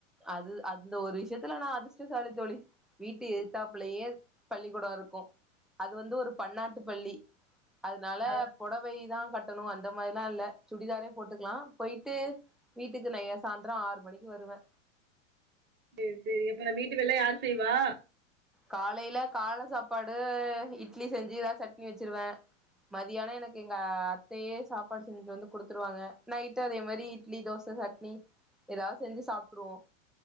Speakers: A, in the centre; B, on the right.
A: அது அந்த ஒரு விஷயத்துல நான் அதிர்ஷ்டசாலி தோழி வீட்டு எத்தாப்புள்ளையே பள்ளிக்கூடம் இருக்கும் அது வந்து ஒரு பன்னாட்டு பள்ளி அதனால
B: ஆ
A: புடவைதான் கட்டணும் அந்த மாரிிலாம் இல்ல சுடிதாரே போட்டுக்கலா போயிட்டு வீட்டுக்கு நைய சாய்ந்திரம் ஆறு மணிக்கு வருவேன்
B: சேரி சேரி அப்ப வீட்டு வேலலா யார் செய்வா
A: காலையில கால சாப்பாடு இட்லி செஞ்சு ஏதா சட்னி வச்சிருவேன் மதியானம் எனக்கு எங்க சாப்பாடு செஞ்சுட்டு வந்து குடுத்துருவாங்க நைட்டு அதே மாரி இட்லி தோச சட்னி ஏதாவது செஞ்சு சாப்பிட்டுருவோம்